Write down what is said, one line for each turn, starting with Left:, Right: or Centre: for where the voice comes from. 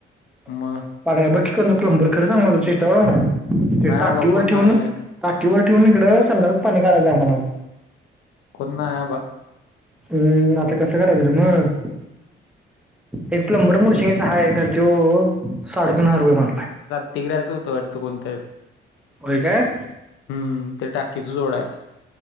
Centre: <unintelligible>
Left: मग
Centre: मज ना बग किक कलमब खर सां मग शेषटवर रा ना. <unintelligible> ते
Left: नाही
Centre: टाकीवर
Left: बा कोण
Centre: ठेवन.
Left: नाही
Centre: टाकीवर ठेवून, इकडं संडात पाणी काढायचं आम्हाला.
Left: कोण नाही बा
Centre: हम्म आता कसं करायचं रे म? एक प्लंबर मुडशीन चा हाय, तर त्यो साडेतीन हजार रुपये म्हंटलाय.
Left: तेराचं, होतं वाटतं कोणत
Centre: होय काय?
Left: हम्म, ते टाकीच जोडाय.